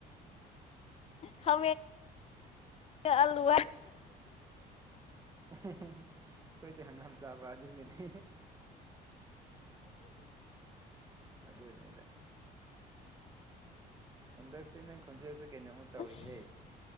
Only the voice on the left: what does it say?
ꯍ ꯑꯂꯨ
ꯑꯁ